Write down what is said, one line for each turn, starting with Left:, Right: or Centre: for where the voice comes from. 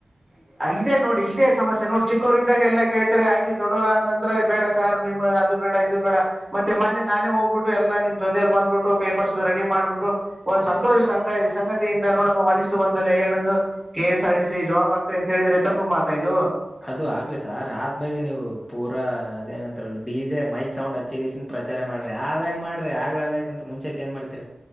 Right: ಇದೇ ನೋಡಿ ಇದೇ ಸಮಸ್ಯೆ ನೋಡಿ ಚಿಕ್ಕೋರು ಇದ್ದಾಗ ಎಲ್ಲ ಕೇಳ್ತಿರಾ ಆಯ್ತಿ ದೊಡ್ಡೋರ ಆದ ನಂತ್ರ ಬೇಡ ಸರ್ ನಿಮ್ ಅದು ಬೇಡ ಇದು ಬೇಡ ಮತ್ತೆ ಮೊೆ ನಾನೇ ಹೋಗ್ಬಿಟ್ಟು ಎಲ್ಲ ನಿಮ್ ಜೊತಲಿ ಬಂದ್ಬಿಟ್ಟು ಪೇಪರ್ಸ್ ರೆಡಿ ಮಾಡ್ಬಿಟ್ಟು ಒಂದು ಸಂತೋಷ ಸಂಗ ಸಂಗತಿಯಿಂದ ನೋಡಪ್ಪ ಒಂದಿಷ್ಟು ಬಂದಲ್ಲ ಏನೊಂದು K S R T job ಆಗ್ತ ಅಂತ ಹೇಳಿದ್ರೆ ತಪ್ಪ ಮಾತಾಾಯ್ು
Left: ಅದು ಆಗ್ಲಿ ಸರ್ ಆದ್ಮ್ಯೆ ನೀವು ಪೂರಾ ಅದೇನಂತತ್ರ ಡಿಜೆ ಮೈಕ್ ಸೌಂಡ್ ಹಚ್ಚಿಗಸ ಪ್ರಚಾರ ಮಾಡ್ರಿ ಆದಾಗ್ ಮಾಡ್ರಿ ಆಗ್ಲ ಅರ್ದಕಂತ ಮುಚೆ ಏನ್ ಮಾಡ್ತಿೀರಿ